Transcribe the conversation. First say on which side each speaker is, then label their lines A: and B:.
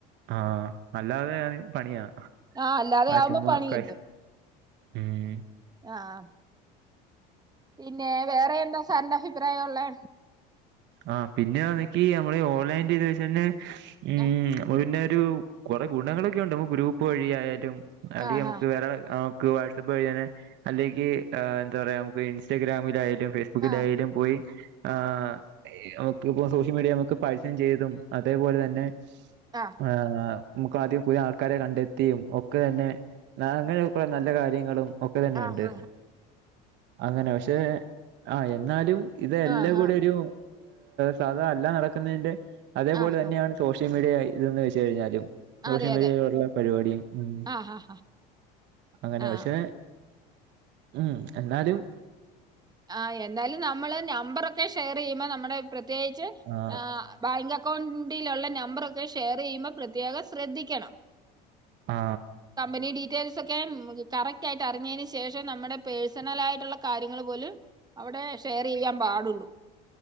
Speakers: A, on the right; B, on the right.
A: ആഹ് അല്ലാതെ ആണേൽ പണിയാ
B: ആഹ് അല്ലാതെ
A: ആ
B: ആവുമ്പോ
A: ചുമ്മാ
B: പണി
A: കൈസ്
B: കിട്ടും
A: ഉം
B: ആഹ് പിന്നെ വേറെ എന്താ സാറിന്റെ അഭിപ്രായം ഉള്ളെ
A: ആഹ് പിന്നെ ആണെങ്കിൽ നമ്മള് ഓൺലൈൻത് വെച്ചന്നെ ഉം
B: ആഹ്
A: പിന്നെ ഒരു കുറെ ഗുണങ്ങളൊക്കെ ഉണ്ട് ഗ്രൂപ്പ് വഴി ആയാലും അല്ലെങ്കിൽ
B: ആഹ്
A: നമുക്ക് വേറെ വാട്സ്ആപ്പ് വഴി അല്ലെങ്കിൽ എന്താ പറയാ നമുക്ക് ഇൻസ്റ്റഗ്രാമിൽ ആയാലും ഫെയ്സ്ബു നമുക്ക്
B: ആഹ്
A: ധൈര്യം പോയി ആഹ് നമുക്ക് ഇപ്പം സോഷ്യൽ മീഡിയ നമുക്ക് പരസ്യം ചെയ്തും അതേപോലെ തന്നെ
B: ആഹ്
A: ആഹ് നമുക്ക് ആദ്യം പുതിയ ആൾക്കാരെ കണ്ടെത്തിയും ഒക്കെ തന്നെ അങ്ങനെയൊക്കുള്ള നല്ല കാര്യങ്ങളും ഒക്കെ തന്നെുണ്ട്
B: ആഹ്
A: അങ്ങനെ പക്ഷെ ആ എന്നാലും ഇത് എല്ലാം
B: ആഹ് ആഹ്
A: കൂടെ ഒരു സാധ എല്ല നടക്കുന്നതിന്റെ അതേപോലെ
B: ആഹ്
A: തന്നെയാണ് സോഷ്യൽ മീഡിയ ഇതന്ന് വെച്ച് കഴിഞ്ഞാലും സോഷ്യൽ
B: അതെ അതെ
A: മീഡിയയിൽ ഉള്ള പരിപാടികൾ ഉം
B: ആഹ് ആഹ്
A: അങ്ങനെ
B: ആഹ്
A: പക്ഷെ ഉം എന്നാലും
B: ആ എന്തായാലും നമ്മള് നമ്പറൊക്കെ ഷെയർ ചെയ്യുമ്പോ നമ്മുടെ പ്രത്യേകിച്ച്
A: ആഹ്
B: ആ ബാങ്ക് അക്കൗണ്ടിലുള്ള നമ്പറൊക്കെ ഷെയർ ചെയ്യുമ്പോൾ പ്രത്യേകം ശ്രദ്ധിക്കണം
A: ആ
B: കമ്പനി ഡീറ്റെയിൽസ് ഒക്കെ കറക്റ്റ് ആയിട്ട് അറിഞ്ഞതിന് ശേഷം നമ്മുടെ പേഴ്സണല ആയിട്ടുള്ള കാര്യങ്ങൾ പോലും അവിടെ ഷെയർ ചെയ്യാൻ പാടുള്ളൂ